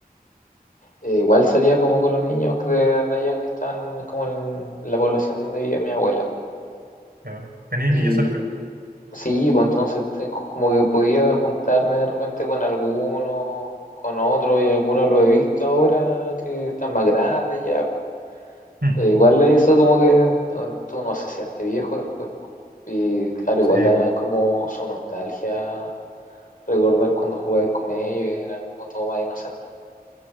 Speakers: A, on the left (about 60°); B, on the right (about 85°).
A: eh, igual salía como con los niños de, de allá que están como en la población donde vivía mi abuela. po.
B: claro. Teníais
A: Y
B: niños cerca.
A: sí, pues entonces te- como que podía juntarme de repente con algunos, con otros, y algunos lo he visto ahora que están más grandes ya,
B: Mm,
A: Eh, igual eso como que no- tú no se siente viejo después, po. Y claro, igual
B: Sí,
A: da como su nostalgia recordar cuando jugabas con ellos y era como todo más inocente.